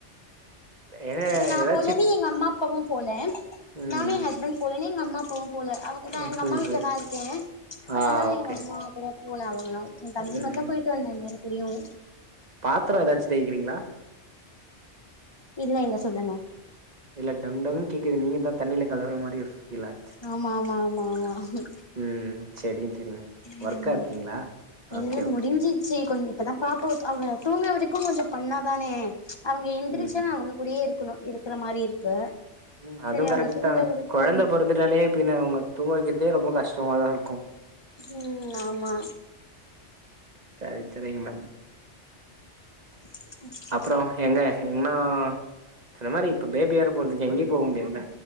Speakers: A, on the right (about 35°); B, on the left (about 25°).
A: ஏன்னா
B: இப்ப நா
A: ஏதாச்சு
B: போலனே எங்க அம்மா அப்பாவு போல
A: ம்
B: நானு என் ஹஸ்பண்ட் போலன்னு எங்க அம்மா அப்பாவு போல அவங் நா
A: ஆ,
B: எங்க
A: புரியுது
B: அம்மா வீட்லதா
A: புரியுது
B: இருக்கே
A: ஆ
B: அதால்ல
A: ஓகே
B: எங்க அம்மா போல அவங்களா என் தம்பி
A: ம்
B: மட்டு போய்ட்டு வந்தா நேர குடியு
A: பாத்ரோ எதாச்சு தேய்க்கிறீங்ளா
B: இல்ல இல்ல சொல்லுங்க
A: இல்ல டங் டங்குன்னு கேக்குது நீங்க தா தண்ணியில கழவுற மாரி ஃபீல் ஆச்சு
B: ஆமா ஆமா ஆமா ஆமா
A: ம் சரிங் சரிங்க
B: ம்
A: ஒர்க்கா இருக்கீங்களா
B: என்ன
A: ஓகே ஓகே
B: முடிஞ்சிச்சு கொஞ் இப்பதா பாப்ப அவ தூங்க வரைக்கு கொஞ்சோ பண்ணாதானே அவுங்க எந்திரிச்சன்ன
A: ம்
B: அவுங்க கூடயே இரு க்கணு இருக்கற மாரி இருக்கு
A: ம் அதுவும்
B: சரி அவங்க
A: கரெக்ட்
B: தூங்குற
A: தா
B: வரைக்கு
A: கொழந்த பொறந்துட்டாலே பின்ன அவுங்க தூங்க வைக்கதே ரொம்ப கஷ்டமாதா இருக்
B: ம் ஆமா
A: சரி சரிங்ண்ணா
B: <inaudible>
A: அப்றோ எங்க எங்கன்னா சொன்ன மாரி இப்போ பேபி வேற பொறந்துச்சி எங்கேயு போக முடியாதுல